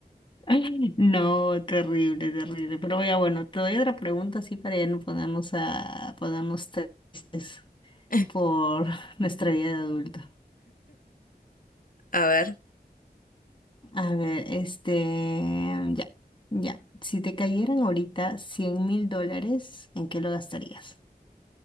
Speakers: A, on the left (about 30°); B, on the left (about 55°).
A: <laughs> No, terrible, terrible. Pero ya bueno, te doy otra pregunta así para ya no ponernos a ponernos tristes
B: <laughs>
A: por <laughs> nuestra vida de adulto.
B: A ver.
A: A ver, este, ya, ya. Si te cayeran ahorita cien mil dólares, ¿en qué lo gastarías?